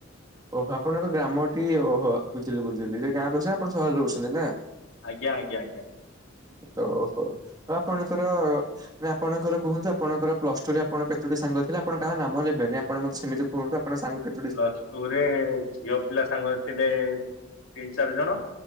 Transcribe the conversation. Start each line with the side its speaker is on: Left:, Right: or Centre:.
Right: ଓହୋ ଆପଣଙ୍କ ଗ୍ରାମ ଟି ଓହୋ ବୁଝିଲି ବୁଝିଲି ଯେ ଗାଁ ରେ ଅଛନ୍ତି ଆପଣ ସହରରେ ରହୁଛନ୍ତି ନା?
Left: ଆଜ୍ଞ ଆଜ୍ଞା ଆଜ୍ଞା।
Right: ଦସ ଓ ଆପଣଙ୍କର ଆପଣଙ୍କର କୁହନ୍ତୁ ଆପଣଙ୍କ ପର୍ଲସଟୁ ରେ ଆପଣର କେତୋଟି ସାଙ୍ଗ ଥିଲେ ଆପଣ କାହା ନାମ ନେବେନି। ଆପଣ ସେମିତି କୁହୁନ୍ତୁ ଆପଣ ସାଙ୍ଗ କେତ
Left: ପ୍ଲସ ଟୁରେ ଝିଅ ପିଲା ସାଙ୍ଗ ଥିଲେ ତିନି ଚାରି ଜଣ।